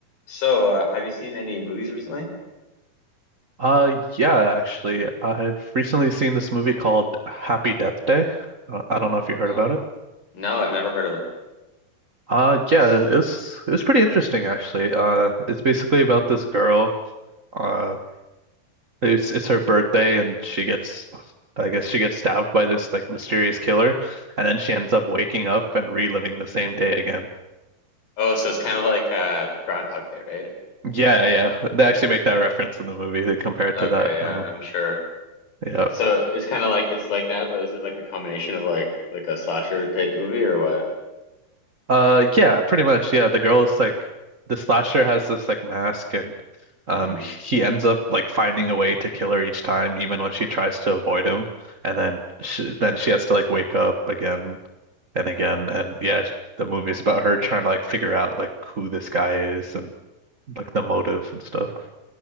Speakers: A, on the left; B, on the right.
A: So, uh, have you seen any movies recently?
B: Uh, yeah, actually, I've recently seen this movie called Happy Death Day. Uh, I don't know if you heard
A: Oh,
B: about it.
A: no, I've never heard of it.
B: Uh,
A: It's
B: yeah, it was it was pretty interesting actually. Uh, it's basically about this girl. Uh, it's it's her birthday and she gets, I guess she gets stabbed by this like mysterious killer, and then she ends up waking up and reliving the same day again.
A: Oh, so it's kind of like uh Groundhog Day, right?
B: Yeah, yeah, they actually make that reference in the movie. They compare it
A: Okay,
B: to that.
A: yeah,
B: Um,
A: I'm sure.
B: yeah.
A: So it's kind of like it's like that, but is it like a combination of like like a slasher type movie or what?
B: Uh, yeah, pretty much. Yeah, the girl is like the slasher has this like mask, and um,
A: Hmm.
B: he ends up like finding a way to kill her each time, even when she tries to avoid him. And then she, then she has to like wake up again and again. And yeah, sh- the movie is about her trying to like figure out like who this guy is and like the motive and stuff.